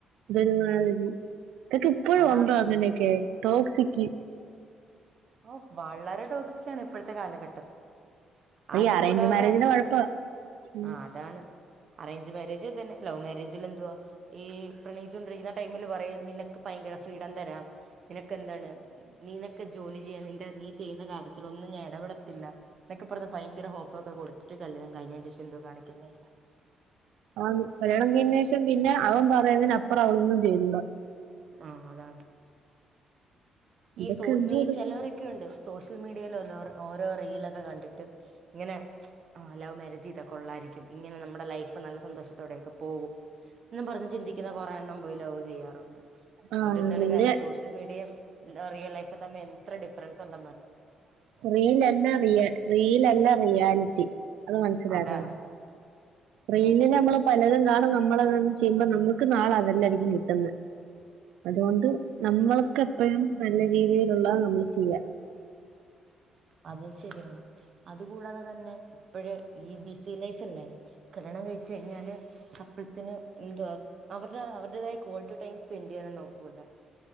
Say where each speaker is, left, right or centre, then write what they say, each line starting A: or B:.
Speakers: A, on the right; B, on the right.
A: ഇത് ഒരുമാതിരി ഇതൊക്കെ ഇപ്പഴും
B: അതാണ്
A: ഉണ്ടോ അങ്ങനെയൊക്കെ ടോക്സിക്ക്
B: ഓഹ് വളരെ ടോക്സിക് ആണ് ഇപ്പഴത്തെ കാലഘട്ടം അത്
A: ഈ അറേഞ്ച്
B: കൂടാതെ
A: മാരേജിന്റെ
B: തന്നെ
A: കുഴപ്പാ ഉം
B: ആഹ് അതാണ് അറേഞ്ച് മാരേജും ഇത് തന്നെ ലവ് മാരെജിൽ എന്തുവാ ഈ പ്രണയിച്ചു കൊണ്ടരിക്കുന്ന ടൈമില് പറയും നിനക്ക് ഭയങ്കര ഫ്രീഡം തരാം നിനക്ക് എന്താണ് നിനക്ക് ജോലി ചെയ്യാം നിന്റെ നീ ചെയ്യുന്ന കാര്യത്തിൽ ഒന്നും ഞാൻ എടപെടത്തില്ല, എന്തൊക്കെ പറഞ്ഞ ഭയങ്കര ഹോപ്പ് ഒക്കെ കൊടുത്തിട്ട് കല്യാണം കഴിഞ്ഞതിന് ശേഷം എന്തോ കാണിക്കുന്നെ?
A: ആഹ് കല്യാണം കഴിഞ്ഞതിന് ശേഷം പിന്നെ അവൻ പറയുന്നതിനപ്പുറം അവളൊന്നും ചെയ്തൂടാ
B: ആഹ് അതാണ്
A: ഇതൊക്കെ
B: ഈ സോ
A: എന്തോ
B: ഈ
A: ഇതൊക്കെ
B: ചെലോരൊക്കെ ക്ക്യോണ്ട് സോഷ്യൽ മീഡിയൽ ഓരോ റീലൊക്കെ കണ്ടിട്ട് ഇങ്ങനെ ആഹ് ലൗ മാരേജ് ചെയ്ത കൊള്ളായിരിക്കും ഇങ്ങനെ നമ്മുടെ ലൈഫ് നല്ല സന്തോഷത്തോടെയൊക്കെ പോവും എന്ന് പറഞ്ഞ് ചിന്തിക്കുന്ന കുറെ എണ്ണം പോയി ലൗവ് ചെയ്യാറുണ്ട്
A: ആ
B: എന്നിട്ട് എന്താണ്
A: ഇവര്
B: കാര്യം സോഷ്യൽ മീഡിയ റിയൽ ലൈഫും തമ്മിൽ എത്ര ഡിഫറൻസ് ഉണ്ടെന്ന് അറിയോ?
A: റീൽ അല്ല റിയൽ റീലല്ല റിയാലിറ്റി അത് മനസ്സിലാക്കണം
B: അതാണ്
A: റീലില്
B: ആ
A: നമ്മൾ പലതും കാണും നമ്മളതൊന്ന് ചെയ്യുമ്പോ നമ്മുക്ക് നാളെ അതല്ലായിരിക്കും കിട്ടുന്നത് അതുകൊണ്ട് നമ്മൾക്ക് എപ്പഴും നല്ല രീതിയിലുള്ള നമ്മൾ ചെയ്യാ
B: അത് ശെരിയാണ് അതുകൂടാതെ തന്നെ ഇപ്പഴ ഈ ബിസി ലൈഫല്ലേ കല്യാണം കഴിച്ച് കഴിഞ്ഞാല് കപ്പിൾസിന് എന്തുവാ അവരുടെ അവരുടേതായ കോൾ ടു ടൈം സ്പെൻഡ് ചെയ്യാനും നോക്കൂല